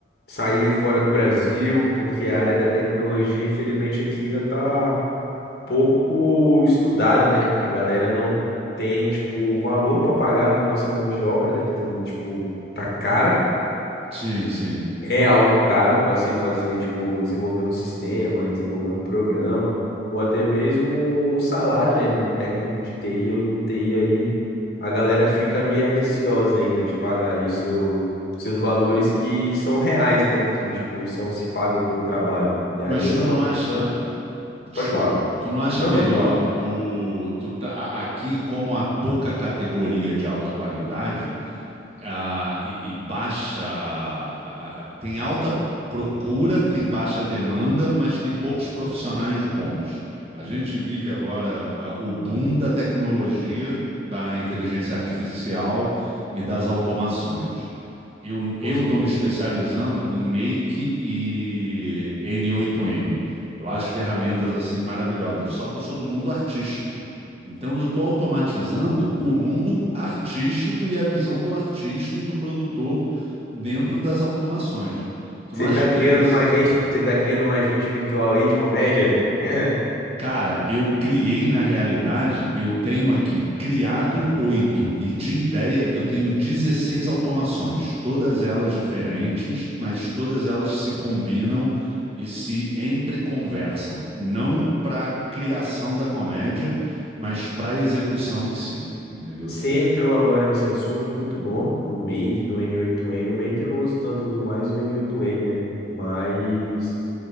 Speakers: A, on the left; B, on the right.
A: sair fora do Brasil, porque a área da tecnologia, infelizmente, aqui ainda tá pouco estudada, né? A galera não tem, tipo, valor para pagar a nossa mão de obra, né? Que, tipo, tá cara.
B: Sim, sim.
A: É algo caro para se fazer, tipo, desenvolver um sistema, desenvolver um programa, ou até mesmo um salário, né? De um técnico de TI ou de um TI aí. A galera fica meio receosa ainda de pagar ali seu, seus valores que são reais, né? Que, tipo, são se pagos pelo trabalho. E
B: Mas
A: aí eu
B: tu
A: tava
B: não
A: pensando.
B: acha. Desculpa,
A: Pode falar.
B: tu não acha
A: Não,
B: melhor
A: pode falar.
B: tu, tu tá- a- aqui, como há pouca categoria de alta qualidade, ah, e, e baixa. a- tem alta procura, tem baixa demanda, mas tem poucos profissionais bons. A gente vive agora, ah, o boom da tecnologia, da inteligência artificial e das automações. Eu, eu
A: Com certeza.
B: estou me especializando em Make e N8N. Eu acho ferramentas assim maravilhosas. Só que eu sou do mundo artístico. Então eu estou automatizando o mundo artístico e a visão do artista e do produtor dentro das automações. Tu
A: Você
B: não acha
A: tá
B: interesse?
A: criando um agente, você tá criando um agente virtual aí de comédia? <laughs>
B: Cara, eu criei na realidade, eu tenho aqui criado oito e de ideia eu tenho 16 automações, todas elas diferentes, mas todas elas se combinam e se entreconversam, não para criação da comédia, mas para execução em si, entendeu?
A: Você entrou agora nesse assunto muito bom do Make, do N8N. O Make eu não uso tanto, eu uso mais o N8N, né? Mas